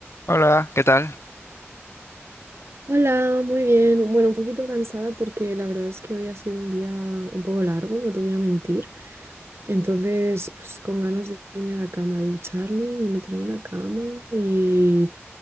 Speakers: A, on the left; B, on the right.
A: Hola, ¿qué tal?
B: Hola, muy bien. Bueno, un poquito cansada porque la verdad es que hoy ha sido un día un poco largo, no te voy a mentir. Entonces, pues con ganas de irme a la cama, de ducharme y meterme en la cama y,